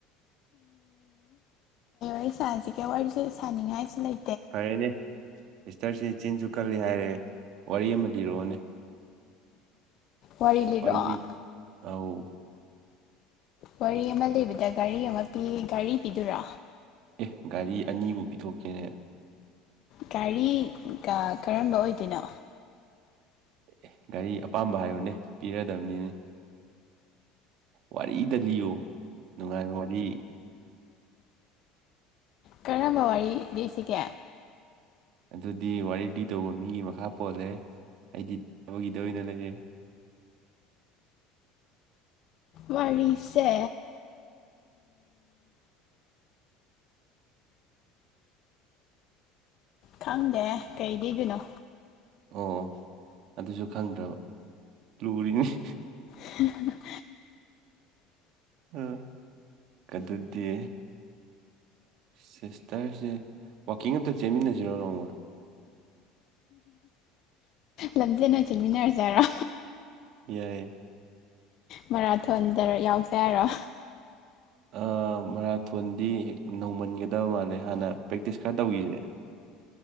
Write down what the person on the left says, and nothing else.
ꯑꯩ ꯁꯥꯟꯁꯤꯒꯦ ꯋꯥꯔꯤꯁꯨ ꯁꯥꯅꯤꯡꯉꯥꯏꯁꯨ ꯂꯩ
ꯋꯥꯔꯤ ꯂꯤꯔꯛꯑꯣ
ꯋꯥꯔꯤ ꯑꯃ ꯂꯩꯕꯗ ꯒꯥꯔꯤ ꯑꯃ ꯄꯤ ꯒꯥꯔꯤ ꯄꯤꯗꯨꯔꯥ
ꯒꯥꯔꯤ ꯀ ꯀꯔꯝꯕ ꯑꯣꯏꯗꯣꯏꯅꯣ
ꯀꯔꯝꯕ ꯋꯥꯔꯤ ꯂꯤ ꯁꯤꯒꯦ
ꯋꯥꯔꯤꯁꯦ ꯈꯪꯗꯦ ꯀꯩ ꯂꯤꯗꯣꯏꯅꯣ
<unintelligible>
ꯂꯝꯖꯦꯟ ꯑꯣꯏꯅ ꯆꯟꯃꯤꯟꯅꯔꯖꯦ ꯍꯥꯏꯔꯣ
ꯃꯔꯥꯊꯣꯟꯗꯔ ꯌꯥꯎꯁꯦ ꯍꯥꯏꯔꯣ